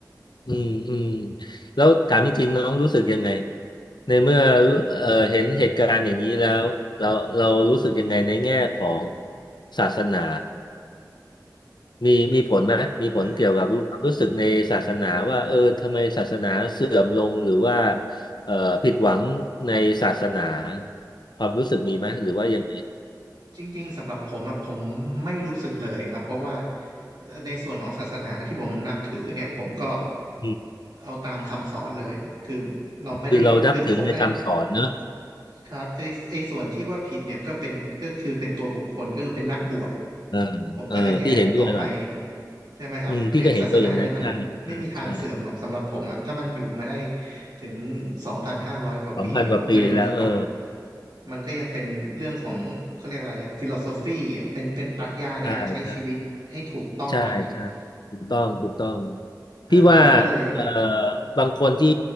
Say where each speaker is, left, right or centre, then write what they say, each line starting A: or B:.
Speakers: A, on the left; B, on the right.
A: อืมอืมแล้วถามจริงๆน้องรู้สึกยังไงในเมื่อเอ่อเห็นเหตุการณ์อย่างนี้แล้วเราเรารู้สึกยังไงในแง่ของศาสนามีมีผลไหมมีผลเกี่ยวกับรู้รู้สึกในศาสนาว่าเออทำไมศาสนาเสื่อมลงหรือว่า
B: คือ
A: เอ่อผิดหวังในศาสนาความรู้สึกมีไหมหรือว่ายังไง
B: อืมจริงๆสำหรับผมอะผมไม่รู้สึกเลยครับเพราะว่าเอ่อในส่วนของศาสนาที่ผมนับถือเนี่ยผมก็
A: อื
B: เอาตามคำสอนเลยคือเราไม่ได้คือคบ
A: คือเรานับถือในคำสอนเนอะ
B: ครับไอไอส่วนที่ว่าผิดเนี่ยก็เป็นก็คือเป็นตัวบุคคลก็คือเป็นนักบวช
A: เออเออพี่เห็นด้วยว่ะ
B: ผมก็จะแยกออกไปใช่ไหมครับอย่างศาสนาเนี่ยมันไม่มีทางเสื่อมหรอกสำหรับผมอ่ะถ้ามันอยู่มาได้
A: อืมพี่ก็เห็นด้วยอย่างนั้นใช่ใช่ใช่
B: ถึงสองพันห้าร้อยกว่าปีผมก็ยังรู้สึกว่า
A: สองพันกว่าปีแล้วเออ
B: มันก็ยังเป็นเรื่องของเขาเรียกอะไรฟิโลโซฟีเป็นเป็นปรัชญาในการใช้ชีวิตให้ถูกต้องแล้วกัน
A: ใช่ใช่ใช่ใช่ถูกต้องถูกต้อง
B: อืมฮะผมก็เลย
A: พี่ว่าเอ่อบางคนที่